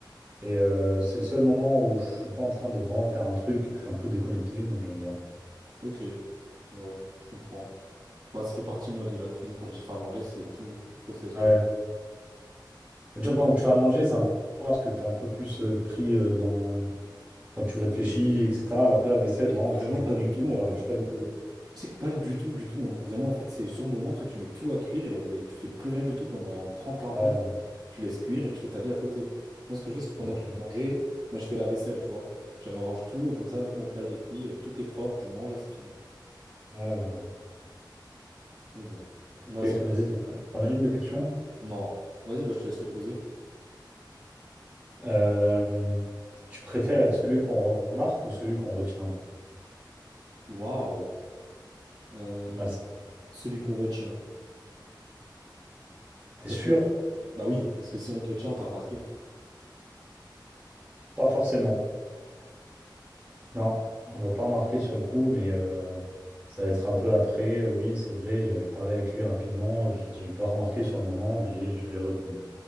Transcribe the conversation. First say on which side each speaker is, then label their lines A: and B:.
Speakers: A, on the right; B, on the right.
A: Et euh, c'est le seul moment où je suis pas en train de vraiment faire un truc. Je suis un peu déconnecté, donc j'aime bien.
B: Ok. Ouais, je comprends. Bah, ça fait partie, moi, de la cuisine. Quand je dis faire à manger, c'est tout le process,
A: Ouais.
B: tu vois.
A: Mais tu vois, pendant que tu vas manger, c'est un peu moins parce que tu es un peu plus euh, pris euh, dans. Enfin, tu réfléchis, etc. Alors que là, vaisselle, vraiment,
B: Vraiment
A: tu es déconnecté,
B: pas du tout,
A: tu
B: en vrai.
A: regardes juste la vidéo.
B: Tu sais que pas du tout, du tout. hein. Vraiment, en fait, c'est sur le moment, après, tu mets tout à cuire et, et tu fais plus rien du tout pendant trente quarante
A: Ouais,
B: minutes.
A: ouais.
B: Tu laisses cuire et tu fais ta vie à côté. Moi, ce que je fais, c'est que pendant
A: ça va.
B: que je vais manger, bah, je fais la vaisselle, tu vois. Je range tout et comme ça, dès que mon plat il est cuit, euh, tout est propre, je mange et c'est fini.
A: Ouais, ouais, ouais.
B: Mais bon,
A: Ok,
B: vas-y.
A: vas-y, t'en t'en as une de question?
B: Non. Vas-y, bah, je te laisse les poser.
A: Euh, tu préfères être celui qu'on remarque ou celui qu'on retient?
B: Waouh. Euh,
A: Pas mal, ça.
B: celui qu'on retient.
A: T'es
B: Parce
A: sûr?
B: que, bah oui, parce que si on te retient, on t'a remarqué.
A: Pas forcément. Non, on va pas remarquer sur le coup, mais euh, ça va être un peu après. Oui, c'est vrai, j'avais parlé avec lui rapidement. Je n'ai pas remarqué sur le moment, mais je- j'ai retenu.